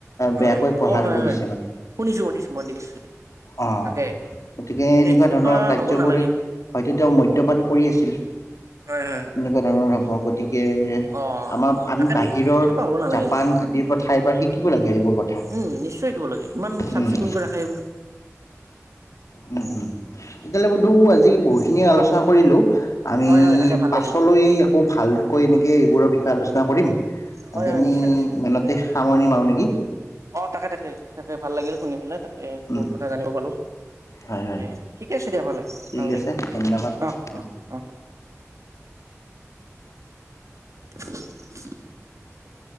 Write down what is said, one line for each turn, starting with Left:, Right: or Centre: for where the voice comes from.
Left: বেয়াকৈ
Right: অ
Left: প্ৰহাৰ
Right: অ হয়
Left: কৰিছে
Right: হয়
Left: মানে।
Right: শুনিছো শুনিছো মই দেখিছো
Left: অ'
Right: তাকে
Left: গতিকে
Right: তাকে
Left: এনেকুৱা ধৰণৰ কাৰ্যবোৰে
Right: হ'ব নালাগে
Left: হয়তো তেওঁ মদ্যপান কৰি আছিল।
Right: হয়, হয়, হয়।
Left: এনেকুৱা ধৰণৰ হ'ব গতিকে
Right: অ
Left: আমাৰ আমি
Right: তাকেতো
Left: বাহিৰৰ
Right: এনেকুৱা হ'ব নালাগে
Left: জাপান,
Right: কিন্তু
Left: আদিৰ পৰা ঠাইৰ পৰা শিকিব লাগে এইবোৰ কথা।
Right: উম, নিশ্চয় শিকিব লাগে, ইমান চাফ
Left: উম,
Right: চিকুণকৈ ৰাখে এইবোৰ।
Left: উম, উম, এতিয়ালৈ বন্ধু আজি বহুখিনিয়ে আলোচনা
Right: অ
Left: কৰিলো। আমি
Right: হয় হয় তাকে ভাল
Left: পাছলৈ
Right: লাগিলে
Left: আকৌ ভালকৈ এনেকৈ এইবোৰ বিষয়ে আলোচনা কৰিম।
Right: হয়,
Left: আজি
Right: হয়,
Left: আমি
Right: নিশ্চয় নিশ্চয়
Left: ইমানতে
Right: তাকে।
Left: সামৰণি মাৰো নেকি?
Right: অ', তাকে তাকে তাকে ভাল লাগিল শুনি পেলাই তাকে
Left: উম,
Right: বহুত কথা জানিব পালো।
Left: হয়, হয়,
Right: তে ঠিকে আছে দিয়া ভালে,
Left: ঠিক
Right: ভাল লাগিবা
Left: আছে ধন্যবাদ।
Right: অহ, অ', অ'। <inaudible>